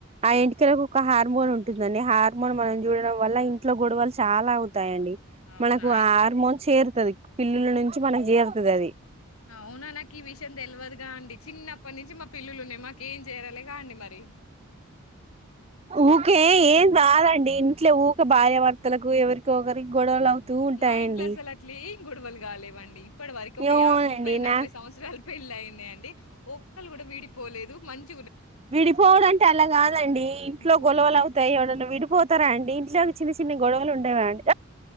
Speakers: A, on the right; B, on the left.
A: ఆ ఇంటికలకు ఒక హార్మోన్ ఉంటుందండి హార్మోన్ మనం చూడడం వల్ల ఇంట్లో గొడవలు చాలా అవు తాయండి
B: అవునా!
A: మనకు
B: అయి
A: హార్మోన్స్రు పిల్లుల నుంచి మనకి చేరుతుంది అది
B: అవునా నాకు ఈ విషయం తెల్వదు గా అండి చిన్నప్పటి నుంచి మా పిల్లులున్నాయి మాకేం చేయలే కా అండి మరి
A: ఊకే ఏన్ దదండిన్ ఇట్లే ఊ భార్యవర్తలకు ఎవరికి ఒకరి గొడవలు అవుతూ ఉంటాయండి
B: మా ఇంట్లో అసలట్లేం గొడవలు కాలేవండి ఇప్పటి వరకి ఒక
A: ఏమోనండి
B: యా ముప్పై నలభై
A: నాకు
B: సంవత్సరలు పెళ్ళ అయింది అండి క్కలు కూడా వీడిపోలేదు మంచి
A: విడిపోవడంంటే అలా కాదండి ఇంట్లో
B: గుడ్
A: గొలువలు అవుతాయి ఎవడైనా విడిపోతారా అండి ఇకు చిన్న గ గుడవలు ఉండేండి